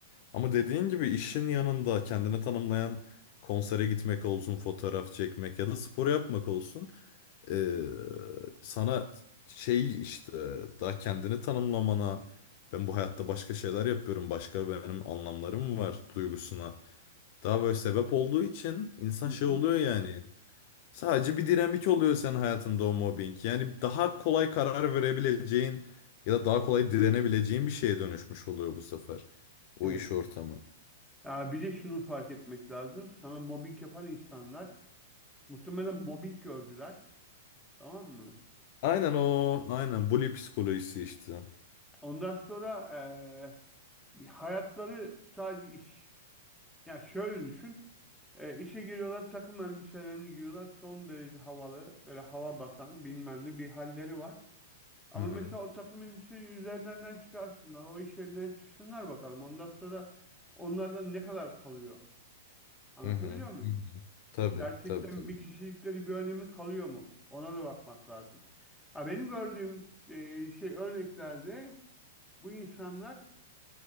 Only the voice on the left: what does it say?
Ama dediğin gibi işin yanında kendini tanımlayan konsere gitmek olsun, fotoğraf çekmek ya da spor yapmak olsun. eee, sana şey işte daha kendini tanımlamana ben bu hayatta başka şeyler yapıyorum, başka benim anlamlarım var duygusuna. Daha böyle sebep olduğu için insan
şey oluyor yani. Sadece bir dinamik oluyor senin hayatında o mobbing. Yani daha kolay karar verebileceğin ya da daha kolay direnebileceğin bir şeye dönüşmüş oluyor bu sefer o
iş ortamı.
Aynen o. Aynen. Bully psikolojisi işte.
Hı hı.
Hı hı.
Hı hı. Tabii
tabii tabii.